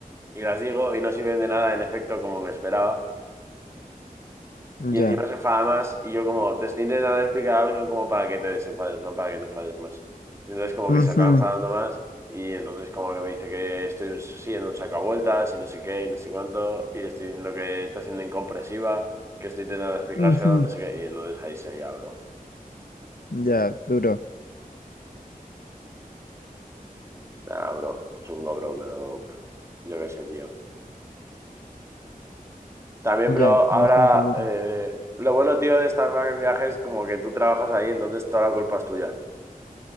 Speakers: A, on the right; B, on the left.
A: Y las digo y no sirven de nada, en efecto, como me esperaba.
B: Ya.
A: Y encima se enfada más. Y yo como, te estoy intentando explicar algo como para que te desenfades, no para que te enfades más. Y entonces como
B: Ujú,
A: que se acaba enfadando más. Y entonces como que me dice que estoy un- siendo un sacavueltas y no sé qué y no sé cuánto. Y le estoy diciendo que está siendo incomprensiva, que estoy intentando explicárselo,
B: ujú.
A: no sé qué. Y entonces ahí sería, bro.
B: Ya, duro.
A: Nah, bro. Chungo, bro, pero pff, yo qué sé, tío. También,
B: Ya,
A: bro,
B: bastante
A: ahora...
B: duro.
A: eh, lo bueno, tío, de esta fucking viaje es como que tú trabajas ahí, entonces toda la culpa es tuya.